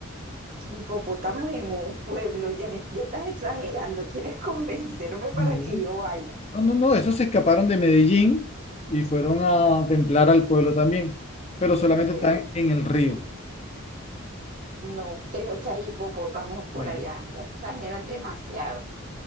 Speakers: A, on the right; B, on the left.
A: hipopótamos en un pueblo, ya me, ya estás exagerando, ¿quieres convencerme
B: No.
A: para que yo vaya?
B: No, no, no, esos se escaparon de Medellín y fueron a templar al pueblo también, pero solamente
A: Eh,
B: están en el río.
A: No, creo que hay hipopótamos por
B: Bueno,
A: allá, ya exageras demasiado.